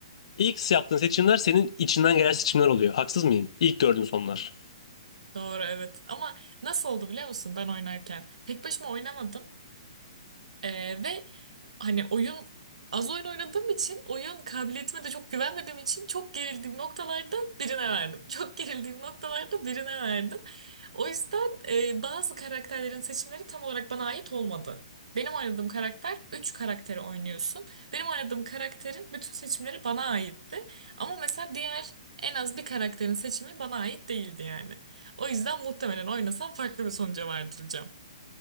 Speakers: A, on the left; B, on the right.
A: ilk yaptığın seçimler senin içinden gelen seçimler oluyor. Haksız mıyım? İlk gördüğün sonlar.
B: Doğru evet. Ama nasıl oldu biliyor musun ben oynarken? Tek başıma oynamadım. Ee, ve hani oyun az oyun oynadığım için oyun kabiliyetime de çok güvenmediğim için çok gerildiğim noktalarda birine verdim. <laughs> Çok gerildiğim noktalarda birine verdim. O yüzden e, bazı karakterlerin seçimleri tam olarak bana ait olmadı. Benim oynadığım karakter üç karakteri oynuyorsun. Benim oynadığım karakterin bütün seçimleri bana aitti. Ama mesela diğer en az bir karakterin seçimi bana ait değildi yani. O yüzden muhtemelen oynasam farklı bir sonuca vardıracağım.